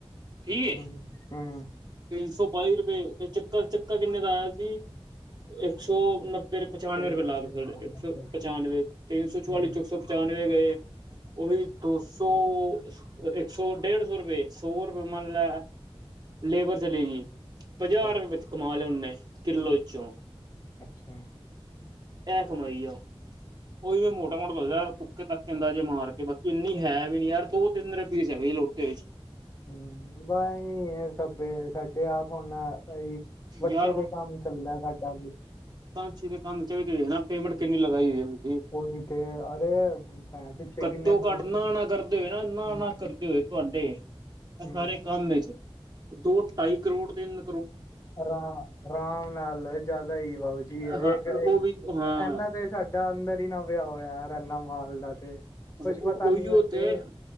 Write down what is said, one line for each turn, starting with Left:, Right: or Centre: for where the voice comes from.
Right: ਠੀਕ ਏ
Left: ਹਮ ਹਮ ।
Right: ਤਿੰਨ ਸੌ ਬਾਈ ਰੁਪਏ ਤੇ ਚੱਕਰ । ਚੱਕਰ ਕਿੰਨੇ ਦਾ ਆਇਆ ਸੀ? ਇੱਕ ਇੱਕ ਸੌ ਨੱਬੇ ਪਚਾਨਵੇਂ ਰੁਪਏ
Left: ਨੱਬੇ
Right: ਲਾ ।
Left: ਹਾਂ
Right: ਇੱਕ
Left: ਨੱਬੇ
Right: ਸੌ ਪਚਾਨਵੇਂ ਤਿੰਨ ਸੌ ਚੁਵਾਲੀ
Left: ਹੂੰ,
Right: । ਸੌ ਪਚਾਨਵੇਂ ਗਏ। ਉਹੀ ਦੋ ਸੌ ਇੱਕ ਸੌ ਡੇਢ ਸੌ ਰੁਪਏ ਸੋ । ਰੇ ਮੰਨ ਲੈ ਲੇਬਰ ਚਲੇਗੀ । ਪੰਜਾਹ
Left: ਅੱਛਾ
Right: ਰੁਪਏ ਵਿੱਚ ਕਮਾ ਲਿਆ ਨੇ। ਕਿੱਲੋ ਚੋਂ ।
Left: ਅੱਛਾ ।
Right: ਇਹ ਕਮਾਈ ਆ ਉਹ । ਉਹੀ ਮੈਂ ਮੋ ਦਾ ਯਾਰ ਤੁੁੱਕੇ ਤੱਕ ਕਦਾ ਜੇ ਮਾਰ ਕੇ । ਬਾਕੀ ਇੰਨੀ ਹੈ ਵੀ ਨੀ ਯਾਰ। ਦੋ ਤਿੰਨ ਰ ਪੀਸ ਹੈਗੀ ਲੋੋਟੇ ਵਿੱਚ
Left: ਹਮ ਬਸ ਐਹੀ ਆ ਸਬੇ ਸਾਡੇ ਆਪ । ਹੁਣ ਭਾਈ ਵੱਟੇ
Right: ਯਾਰ
Left: ਤੇ ਕੰਮ ਚੱਲਦਾ ਸਾਡਾ ਵੀ ।
Right: ਚੀ ਦੇ ਕੰਮ ਚ ਵੀ ਨਾ ਪੇਮੈਂਟ ਕਿੰਨੀ ਲਗਾਈ ਹੋਈ?
Left: ਉਹੀ ਤੇ ਅਰੇ ਭੈਣ ਪਿੱਛੇ
Right: ਘੱਟੋ
Left: ਕਿੰਨੇ ਬੰਦੇ
Right: ਘੱਟ ਨਾ ਨਾ ਕਰਦੇ ਹੋਏ ਨਾ ਨਾ
Left: ਹੂੰ
Right: ਨਾ ਕਰਦੇ ਹੋਏ । ਤੁਹਾਡੇ ਐ
Left: ਹੂੰ
Right: ਸਾਰੇ ਕੰਮ ਵਿੱਚ ਦੋ ਢਾਈ ਕਰੋੜ ਦੇ ।
Left: ਰਾਮ ਅਰਾਮ ਨਾਲ ਜ਼ਿਆਦਾ ਹੀ ਵਾਊ ਜੀ ਹੈ
Right: ਹਾਂ
Left: ।
Right: ਉਹ
Left: ਏਕੁ
Right: ਵੀ ਹਾਂ
Left: ਇਨਾਂ ਤੇ ਸਾਡਾ ਅੰਦਰ ਹੀ ਨਾ ਵਿਆ ਹੋਇਆ ਰਨਾ ਮਾਲ ਦਾ । ਕੁਝ
Right: ਉਹੀਓ
Left: ਪਤਾ ਨੀ ਵੈਸੇ
Right: ਤੇ
Left: ਲ।